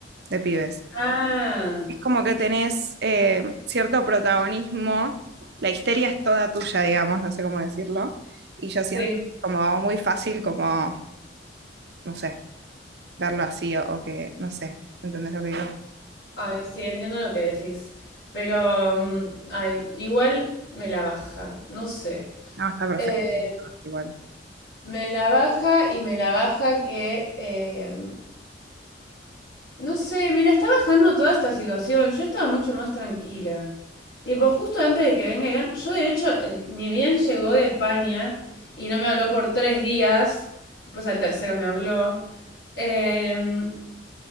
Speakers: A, on the right (about 65°); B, on the left (about 75°).
A: de pibes.
B: ah,
A: es como que tenés eh, cierto protagonismo, la histeria es toda tuya, digamos, no sé cómo decirlo, y yo
B: sí.
A: siento como muy fácil como, no sé, verlo así o, o que, no sé, ¿entendés lo que digo?
B: Ay, sí, entiendo lo que decís. Pero, mm, ay, igual me la baja, no sé.
A: No, está perfecto,
B: Eh,
A: igual.
B: me la baja y me la baja que eh, No sé, me la está bajando toda esta situación. Yo estaba mucho más tranquila. Tipo, justo antes de que venga Iván, yo de hecho, el- ni bien llegó de España y no me habló por tres días, después al tercero me habló, em,